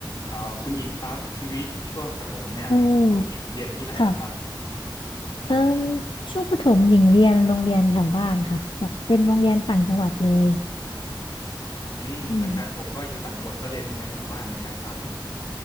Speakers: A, on the left (about 55°); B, on the left (about 80°).
A: เอ่อคุณหญิงครับชีวิตช่วงประถมเนี่ยคุณหญิงเรียนที่ไหนล่ะครับ
B: เออค่ะเอ่มช่วงประถมหญิงเรียนโรงเรียนแถวบ้านค่ะแบบเป็นโรงเรียนต่างจังหวัดเลย
A: อืมเหมือนกันผมก็อยู่ต่างจังหวัดก็เรียนโรงเรียนแถวบ้านเหมือนกันครับ
B: อืม